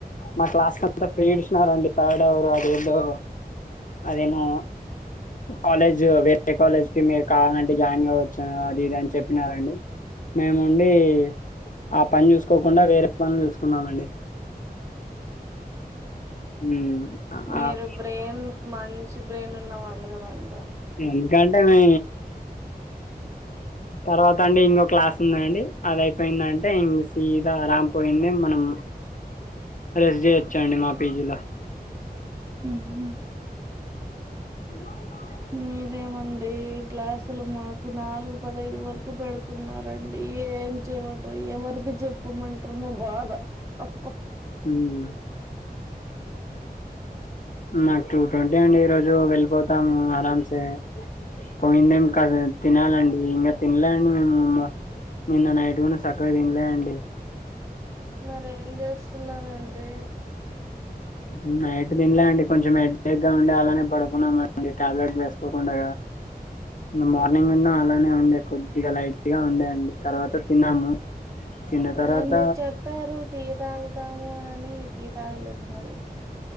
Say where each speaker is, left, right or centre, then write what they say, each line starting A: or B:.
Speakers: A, on the left; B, on the right.
A: మా క్లాస్ లో అంతా ఫ్రీ ఇదిసినరాండి థర్డ్ అవర్ అదెందో అదేమో కాలేజ్ వేరే కాలేజ్ కి మీరు కావాలంటే జాయిన్ కావచ్చు అది ఇది అని చెప్పినారండి మేముండి ఆ పని చూసుకోకుండా వేరే పనులు చూసుకున్నామండి మ్మ్.
B: మీరు
A: ఆ-
B: బ్రెయిన్ మంచి చి బ్రెయిన్ ఉన్న వాళ్ళు కదా అండి
A: ఇంకా అంటే మీ తర్వాత అండి ఇంకొ క్లాస్ ఉందండి అది అయిపోయిందంటే ఇంగ సీదా ఆరామ్ పోయిన మనం రెస్ట్ చేయొచ్చండి మా పీజీలా
B: అ
A: అ
B: మీరేమండి క్లాసులు మాకు నాలుగు పదైదు వరకు పెడుతున్నారండి ఏం చెయమంటారు ఎవరికి చెప్పమంటారు మా బాధ అబ్బ
A: ఉమ్ నాకు టూ ట్వంటీ అండి ఈ రోజు వెళ్ళిపోతాను ఆరాంసే పోయిందేం కాద తినాలండి ఇంకా తినలేండి మేముమ్ నిన్న నైట్ కూడా సక్కగా తినలే అండి.
B: మరె ఏం చేస్తున్నారండి
A: ఇ నైట్ దిన్లే అండి కొంచెం హేడ్డగ్గా ఉండడి అలానే పడుకున్నామ అండి టాబ్లెట్ వేసుకోకుండా నిన్న మార్నింగ్ ఉన్నా అలానే ఉండే కొద్దిగా లైట్ గా ఉండేయండి తర్వాత తిన్నాము తిన్న తర్వాత
B: ఏ మీరు చెప్పారు టీ తాగుతాము అని టీ తాగలేదు మరి